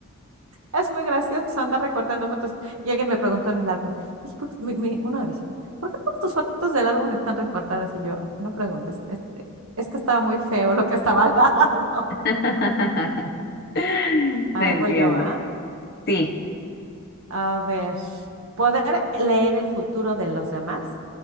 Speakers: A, on the right; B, on the left.
A: Es muy gracioso andar recortando fotos. Y alguien me preguntó en el álbum, "Dije, "¿Por qué mi- mi- uno de mis hijos, ¿por qué todas tus fotos del álbum están recortadas? Y yo, "Ay, no preguntes, este, es que estaba muy feo lo que estaba al lado". <laughs>
B: <laughs> Te
A: Ay,
B: entiendo.
A: voy yo, ¿ah?
B: Sí.
A: A ver, ¿poder leer el futuro de los demás